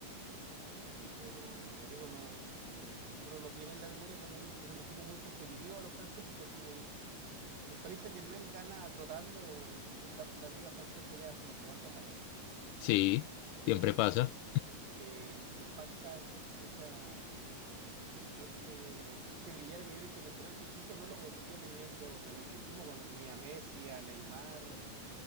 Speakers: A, on the right; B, on the left.
A: Sí, pero como te digo, no, mm, uno no tiene en la memoria como un, como un equipo muy competitivo a los franceses, entonces me, el Paris Saint-Germain gana trotando el cap- la liga francesa ya hace no sé cuántos años,
B: Sí,
A: pero
B: siempre pasa.
A: eh, le falta es- esa, ese, ese brillar a nivel internacional que incluso no lo consiguió teniendo tremendo equipo cuando tenía a Messi, a Neymar.